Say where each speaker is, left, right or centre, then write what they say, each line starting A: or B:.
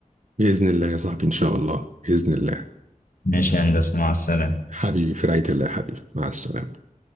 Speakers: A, on the right (about 55°); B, on the left (about 75°).
A: بإذن الله يا صاحبي ان شاء الله بإذن الله
B: ماشي يا هندسة مع السلامة
A: حبيبي في رعاية الله يا حبيبي مع السلامة